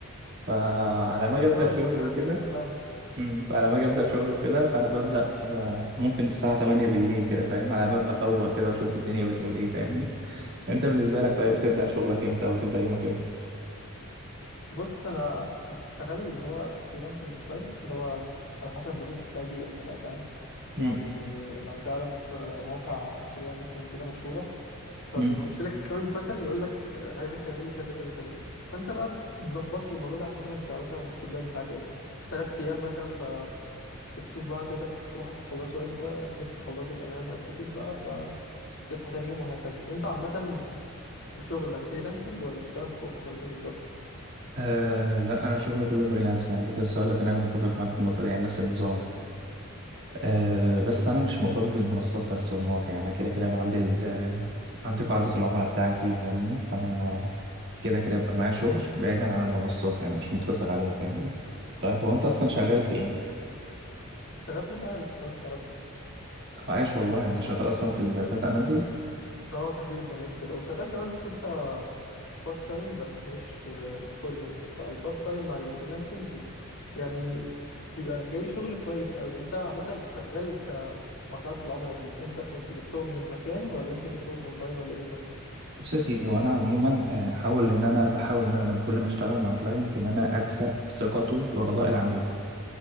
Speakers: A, on the right; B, on the left.
A: فعلى ما اجي ابدا
B: فاهمك
A: شغل وكده
B: أيوة، انا فاهمك
A: مم، فعلى ما اجي ابدا شغل وكده فانا ببدا آه، ممكن الساعه 8 بالليل كده فاهم على ما ابقى فوق كده واشوف الدنيا بتقول ايه فاهمني انت بالنسبه لك طيب بتبدا شغلك امتى او بتبدا يومك امتى
B: بص انا شغال اللي هو فريلانسنج شويه اللي هو على حسب البروجكت بتاعي يجي امتى بقى فاهم
A: مم.
B: يعني لو تعرف آه، مواقع فريلانسنج كده مشهوره فبيخش
A: مم.
B: لك كلاينت مثلا يقول لك آه، انا عايزك تعمل لي كذا كذا كذا كذا فانت بقى بتظبط لي الموضوع ده على حسب انت مثلا الديدلاين بتاعك امتى ثلاث ايام مثلا فبتشوف بقى تقدر تلحق تخلصه امتى لحقت تخلصه تمام ما لحقتش بقى فتصحى تاني يوم وهكذا انت عامه كشغل فريلانسنج ولا بتشتغل في اوفيس ولا فين بالظبط
A: أه لا انا شغلي كله فريلانس يعني كنت لسه اقول لك ان انا متفق معاك في النقطه دي يعني نفس النظام أه بس انا مش مرتبط بالمنصات بس والمواقع يعني كده كده انا عندي ال- آه، عندي قاعده العملاء بتاعتي فاهمني فانا كده كده بقى معايا شغل بعيدا عن المنصات يعني مش مقتصر عليها فاهمني طيب هو انت اصلا شغال في ايه
B: شغال في داتا اناليست لو انت تعرفه
A: طب عاش والله انت شغال اصلا في الداتا اناليسز
B: اه تحليل البيانات وكده وشغال كمان في حته بارت تايم بس مش مش فول يعني فالبارت تايم مع الفريلانسنج بي- يعني بيبقى جاي لي شغل كويس قوي انت عامه شغال كمواقعات العملاء دي انت كنت جبتهم من مكان ولا انت جبتهم اونلاين ولا ايه بالظبط
A: بص يا سيدي هو انا عموما آه، حاول ان انا بحاول ان انا لما كل ما اشتغل مع كلاينت ان انا اكسب ثقته ورضاء العميل ده